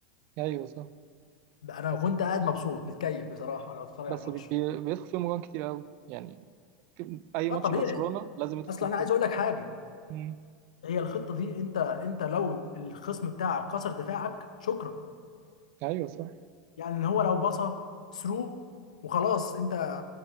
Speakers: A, on the right; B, on the left.
A: ايوه صح
B: بقى انا
A: بس
B: كنت قاعد مبسوط متكيف بصراحه وانا بتفرج
A: بس
B: على الماتش
A: بي... بي- بيدخل فيهم جوان كتير قوي يعني اي ماتش
B: اه طبيعي
A: برشلونة لازم يدخل
B: اصلا
A: فيهم
B: انا
A: جوان
B: عايز
A: كتير
B: اقول لك حاجه
A: مم.
B: هي الخطه دي انت انت لو الخصم بتاعك كسر دفاعك شكرا
A: ايوه صح
B: يعني ان هو لو باصه ثرو وخلاص انت